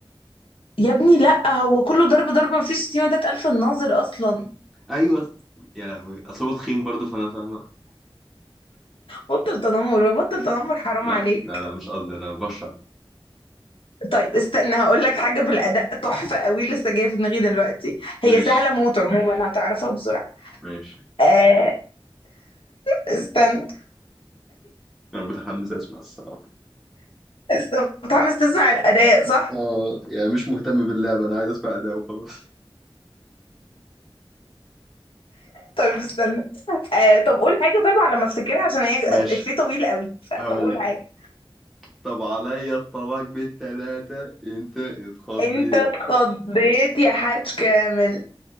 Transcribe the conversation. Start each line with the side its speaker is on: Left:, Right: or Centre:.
Left: يا ابني لا هو كله ضرب ضرب مفيش شتيمه ده اتقال في الناظر اصلا
Centre: ايوه يا لهوي اصل هو تخين برضه فانا فاهمه
Left: بطل تنمر بقى، بطل تنمر حرام
Centre: لا
Left: عليك
Centre: لا لا مش قصدي انا بشرح
Left: طيب استنى هقول لك حاجه بالاداء تحفه قوي لسه جايه في دماغي دلوقتي هي
Centre: ماشي
Left: سهله موت عموما هتعرفها بسرعه
Centre: ماشي
Left: آه استنى
Centre: انا متحمس اسمع الصراحه
Left: استنى متحمس تسمع الاداء صح
Centre: اه يعني مش مهتم باللعبة انا عايز اسمع اداء وخلاص
Left: طيب استنى آه طب قول حاجه طيب على ما افتكرها عشان هي
Centre: ماشي
Left: افيه طويل قوي ف-
Centre: هقول
Left: فقول
Centre: لك
Left: حاجه
Centre: طب عليا الطلاق بالتلاتة انت اتخضيت
Left: انت اتخضيت يا حاج كامل